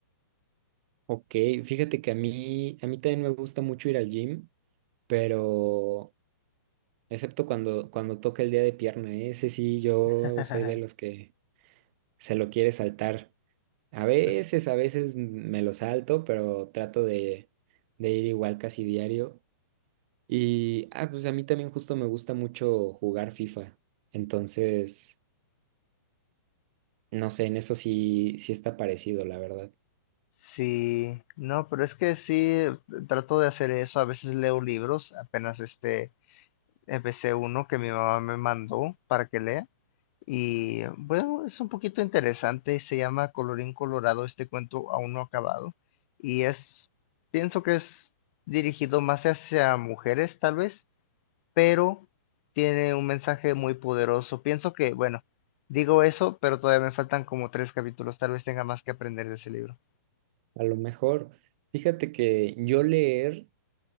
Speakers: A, on the right; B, on the left.
A: ok, fíjate que a mí, a mí también me gusta mucho ir al gym, pero... Excepto cuando, cuando toca el día de pierna, ¿eh? Ese sí, yo
B: <laughs>
A: soy de los que se lo quiere saltar. A veces,
B: S-
A: a veces me lo salto, pero trato de, de ir igual casi diario. Y, ah, pues a mí también justo me gusta mucho jugar FIFA. Entonces, no sé, en eso sí, sí está parecido, la verdad.
B: Sí, no, pero es que sí, trato de hacer eso. A veces leo libros, apenas este, empecé uno que mi mamá me mandó para que lea. Y bueno, es un poquito interesante, se llama Colorín Colorado, este cuento aún no acabado. Y es, pienso que es dirigido más hacia mujeres, tal vez, pero tiene un mensaje muy poderoso. Pienso que, bueno, digo eso, pero todavía me faltan como tres capítulos. Tal vez tenga más que aprender de ese libro.
A: A lo mejor, fíjate que yo leer,